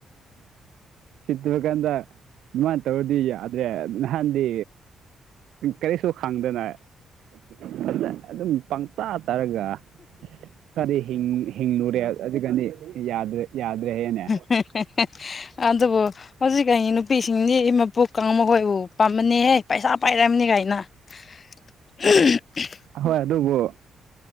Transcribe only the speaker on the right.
ꯁꯤꯠꯇꯨꯔꯀꯥꯟꯗ ꯑꯗꯨꯃꯥꯏꯅ ꯇꯧꯔꯗꯤ ꯌꯥꯗ꯭ꯔꯦ ꯅꯍꯥꯟꯗꯤ ꯀꯔꯤꯁꯨ ꯈꯪꯗꯅ <inaudible> ꯑꯗꯨꯝ ꯄꯪꯆꯥꯥ ꯆꯥꯔꯒ ꯈꯗꯤ ꯍꯤꯡ ꯍꯤꯡꯂꯨꯔꯦ ꯑꯗꯨꯒꯗꯤ ꯌꯥꯗ꯭ꯔꯦ ꯌꯥꯗ꯭ꯔꯦ ꯍꯥꯏꯌꯦꯅꯦ
ꯍꯣꯏ ꯑꯗꯨꯕꯨ